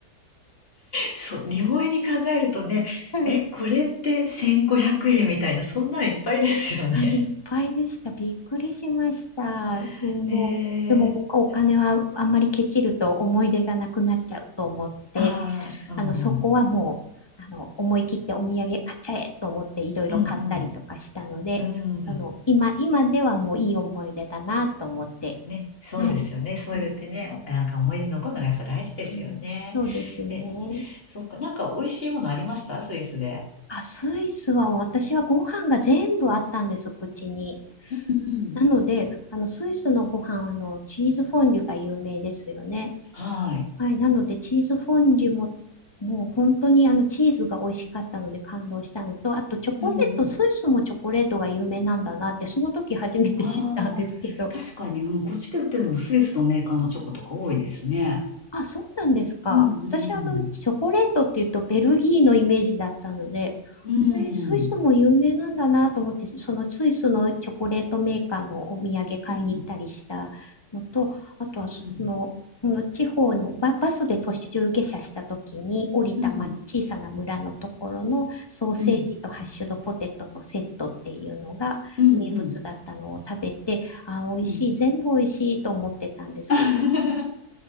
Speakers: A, on the left (about 35°); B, on the left (about 15°).
A: そう、日本円に考えるとね、
B: <laughs> はい
A: え、これって1500円みたいな、そんなんいっぱいですよね。
B: あ、いっぱいでした。びっくりしました。もう、
A: <laughs>
B: もうでも僕お金はあんまりケチると思い出がなくなっちゃうと思って、
A: へえ。ああ、うんうん。
B: あの、そこはもう、あの、思い切ってお土産買っちゃえと思っていろいろ買ったりとかしたので、
A: うんうん。うん。
B: あの、今、今ではもういい思い出だなと思って、
A: ね、そうですよね。
B: はい。
A: そう言ってね、
B: うん、
A: おなんか思い出残るのがやっぱ大事ですよね。
B: うんそうですね。
A: え、そっか、なんか美味しいものありましたスイスで。
B: あ、スイスは私はご飯が全部あったんです、口に。
A: うん
B: なので、あの、スイスのご飯は、あの、チーズフォンデュが有名ですよね。
A: はい。
B: はい、なのでチーズフォンデュも、もう本当にあのチーズが美味しかったので感動したのと、あとチョコレート、
A: うんうんうん。
B: スイスもチョコレートが有名なんだなって、その時初めて知ったんですけど。
A: ああ、確かに、うん、こっちで売ってるのもスイスのメーカーのチョコとか多いですね。
B: あ、そうなんですか。
A: うんうん
B: 私、あの、チョコレートっていうとベルギーのイメージだったので、
A: うんうん
B: えースイスも有名なんだなと思って、そのスイスのチョコレートメーカーのお土産買いに行ったりしたのと、
A: うん
B: あとはその、
A: うん
B: その地方のバ、バスで途中下車した時に降りた、
A: うん
B: ま、小さな村のところのソーセージとハッシュドポテトのセットっていうのが名物だったのを食べて、
A: うんうんうん
B: あー、美味しい、
A: うん。
B: 全部美味しいと思ってたんですけど、
A: <laughs>